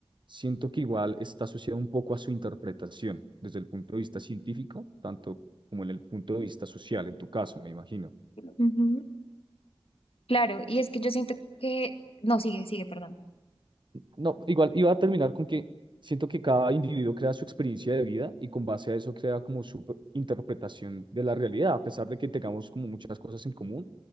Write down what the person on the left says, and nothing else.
Ujú. Claro, y es que yo siento que, no, sigue, sigue, perdón.